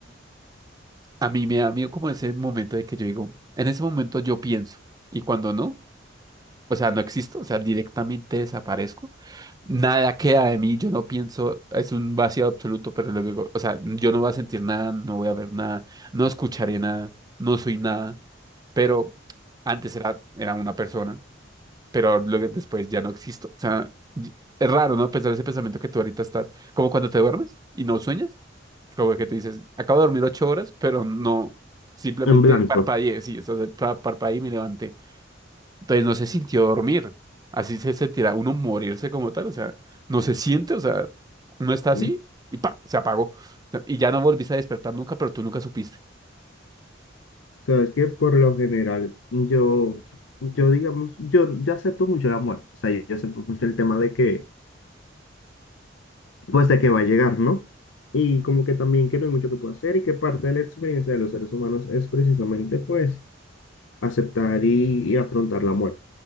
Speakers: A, on the right; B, on the left.
A: A mí me da miedo como ese momento de que yo digo, en ese momento yo pienso, y cuando no, o sea, no existo, o sea, directamente desaparezco, nada queda de mí, yo no pienso, es un vacío absoluto, pero luego, o sea, yo no voy a sentir nada, no voy a ver nada, no escucharé nada, no soy nada, pero antes era, era una persona, pero luego después ya no existo, o sea, y- es raro, ¿no? Pensar ese pensamiento que tú ahorita estás, como cuando te duermes y no sueñas. Como que tú dices, acabo de dormir ocho horas, pero no, simplemente
B: en blanco.
A: parpadeé, sí, eso de pa- parpadeé y me levanté. Entonces no se sintió dormir, así se sentirá uno morirse como tal, o sea, no se siente, o sea, no está así
B: ¿eh?
A: y pa, se apagó. O sea, y ya no volviste a despertar nunca, pero tú nunca supiste.
B: Sabes que por lo general, yo, yo digamos, yo, yo acepto mucho la muerte. O sea, yo, yo acepto mucho el tema de que, pues de que va a llegar, ¿no? Y como que también que no hay mucho que pueda hacer y que parte de la experiencia de los seres humanos es precisamente, pues, aceptar y, y afrontar la muerte.